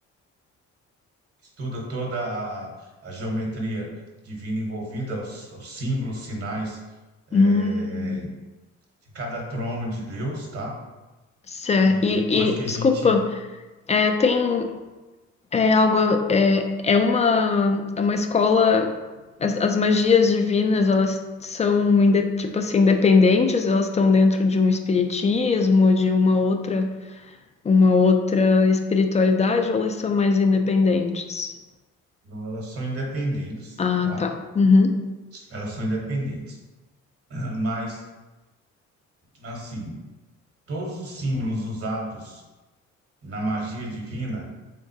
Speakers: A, on the right; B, on the left.
A: estuda toda a, a geometria divina envolvida, os, os símbolos, sinais, eh,
B: Hum,
A: de cada trono de Deus, tá?
B: certo.
A: E
B: E,
A: depois
B: e,
A: que a
B: desculpa,
A: gente.
B: é, tem é algo é, é uma é uma escola as, as magias divinas elas são inde- tipo assim independentes, elas estão dentro de um espiritismo, de uma outra uma outra espiritualidade, ou elas são mais independentes?
A: Não, elas são independentes,
B: Ah,
A: tá?
B: tá. Uhum.
A: Elas são independentes. <clears throat> Mas, assim, todos os símbolos usados na magia divina